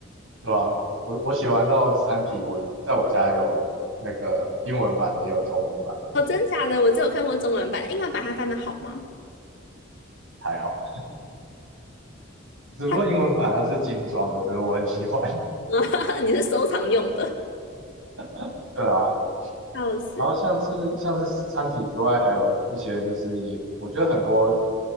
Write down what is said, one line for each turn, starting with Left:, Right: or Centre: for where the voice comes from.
Right: 对啊，我我写完到《三体》，我在我家有那个英文版的，也有中文版，
Left: 哦，真假的，我只有看过中文版的，英文版它翻的好吗？
Right: 还好，只不过英文版它是精装的，
Left: 它
Right: 所以我很喜欢，
Left: <laughs> 你是收藏用的，
Right: <laughs> 对啊，
Left: 笑死。
Right: 然后像是像是《三体》之外，还有一些就是也我觉得很多